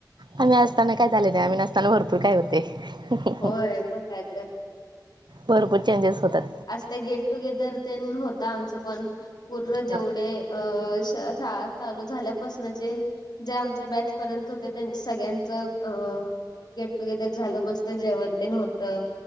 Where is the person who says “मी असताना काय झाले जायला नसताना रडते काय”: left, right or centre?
Right